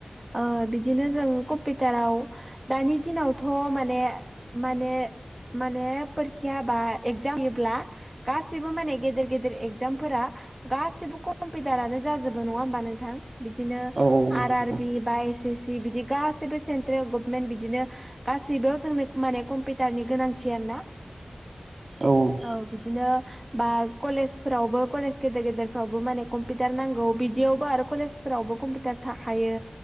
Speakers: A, on the right; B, on the right.
A: ओ बिदिनो जों कम्पिटाराव दानि दिनावथ' माने माने माने फोर क्या बा एगजाम होयोब्ला गाससिबो माने गेदेर गेदेर एगजामफोरा गासिबो कम्पिउटारानो जाजोबो नङा होमबा नोंथां बिदिनो
B: औ
A: आर
B: नोंथां
A: आर बि बा एस एस सि बिदि गासैबो सेन्ट्रेल गभमेन्ट बिदिनो गासैबोयाव जोंनो माने कम्पिउटारनि गोनांथि आरोना
B: औ औ
A: औ बिदिनो बा कलेजफोरावबो कलेज गेदेर गेदेरफ्रावबो माने कम्पिउटार नांगौ बिदियावबो आरो कलेज फोरावबो कम्पिउटार थाखायो